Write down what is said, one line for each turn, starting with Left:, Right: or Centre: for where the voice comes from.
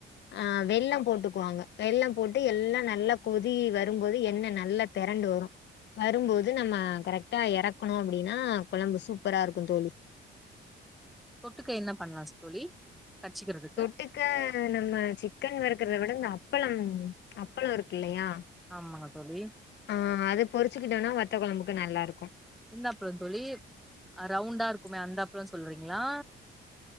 Left: ஆ வெல்லம் போட்டுக்குவாங்க வெல்லம் போட்டு எல்லா நல்லா கொதி வரும்போது எண்ணெ நல்லா தெரண்டு வரு வரும்போது நம்ம கரெக்டா எறக்கணும் அப்டின்னா கொழம்பு சூப்பரா இருக்கு தோழி
Centre: தொட்டுக்க என்ன பண்லா தோழி கட்ச்சிக்கிறதுக்கு
Left: தொட்டுக்க நம்ம சிக்கன் வறுக்குறத விட இந்த அப்பளம் அப்பளோ இருக்கு இல்லையா
Centre: ஆமாங்க தோழி
Left: ஆ அது பொறுச்சுக்கிட்டோன்னா வத்த கொழம்புக்கு நல்லா இருக்கு
Centre: எந்த அப்ளோ தோழி அ ரவுண்டா இருக்குமே அந்த அப்ளோ சொல்றீங்களா